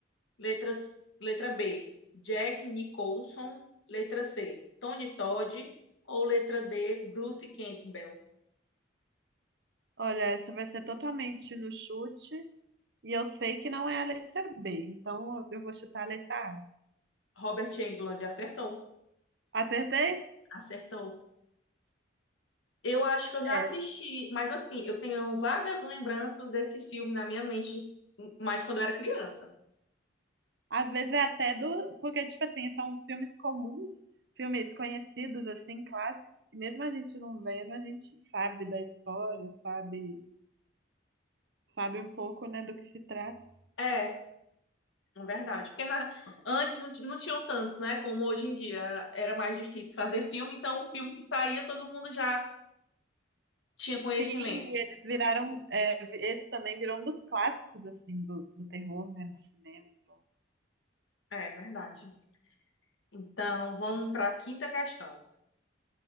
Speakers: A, on the left; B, on the right.
A: Letras, letra B, Jack Nicholson. Letra C, Tony Todd. Ou letra D, Bruce Campbell.
B: Olha, essa vai ser totalmente no chute, e eu sei que não é a letra B, então eu vou chutar a letra A.
A: Robert Englund acertou.
B: Acertei?
A: Acertou. Eu acho que eu já
B: É.
A: assisti, mas assim, eu tenho vagas lembranças desse filme na minha mente, mais quando eu era criança.
B: Às vezes é até do. Porque, tipo assim, são filmes comuns, filmes conhecidos, assim, clássicos, que mesmo a gente não vendo, a gente sabe da história, sabe, sabe um pouco, né, do que se trata.
A: É, é verdade. Porque na- antes não, ti- não tinham tantos, né? Como hoje em dia era mais difícil fazer filme, então o filme que saía todo mundo já tinha conhecimento.
B: Sim, e eles viraram. é, esse também virou um dos clássicos, assim, do, do terror, né, do cinema. Então.
A: É verdade. Então, vamos para a quinta questão.